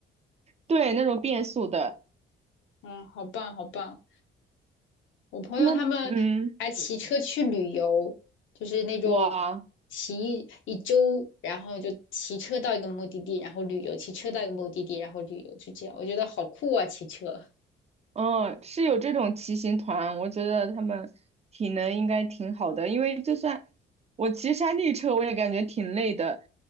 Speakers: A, on the right (about 30°); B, on the left (about 75°).
A: 对，那种变速的，
B: 嗯，好棒，好棒！我朋友他们还骑车去旅游，
A: 他们嗯，
B: 就是那种
A: 哇。
B: 骑一一周，然后就骑车到一个目的地，然后旅游，骑车到一个目的地，然后旅游，就这样。我觉得好酷啊，骑车。
A: 哦，是有这种骑行团，我觉得他们体能应该挺好的，因为就算我骑山地车，我也感觉挺累的。